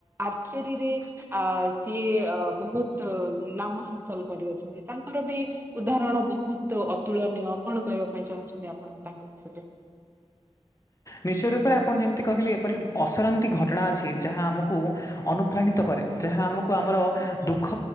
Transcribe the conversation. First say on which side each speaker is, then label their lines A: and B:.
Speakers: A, on the right; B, on the left.
A: ଆରଚେରୀ ରେ ଆ ସ ସିଏ ଅ ବହୁତ ନାମ ହାସଲ କରିଅଛନ୍ତି ତାଙ୍କର ବି ଉଦାହରଣ ବହୁ ତ ଅତୁଳନୀୟ କଣ କହିବା ପାଇଁ ଚାହୁଁଛନ୍ତି ଆପଣ ତାଙ୍କ ବିଷୟରେ।
B: ନିଶ୍ଚିତ ରୂପରେ ଆପଣ ଯେମିତି କହିଲେ ଏପରି ଅଶରନ୍ତି ଘଟଣା ଅଛି ଯାହା ଆମ କୁ ଅନୁପ୍ରାଣିତ କରେ। ଯାହା ଆମକୁ ଆମର ଦୁଃଖ